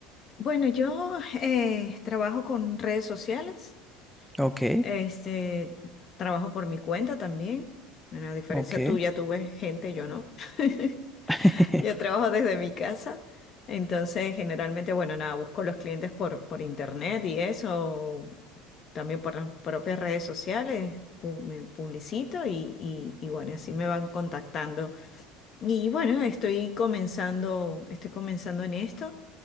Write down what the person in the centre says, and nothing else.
Ok,
ok.
<laughs>